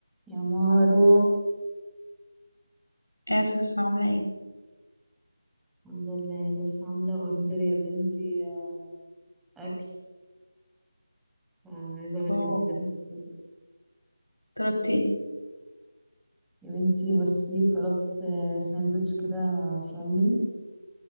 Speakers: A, in the centre; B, on the left (about 80°).
A: يا مارو
B: ايه يا سوسو عاملة ايه؟
A: الحمد لله لسه عاملة اوردر يا بنتي آه، أكل آه، عايزة أقول
B: اوه
A: لك بجد مبسوطة.
B: طلبتي ايه؟
A: يا بنتي بصي طلبت آه، ساندوتش كده سالمون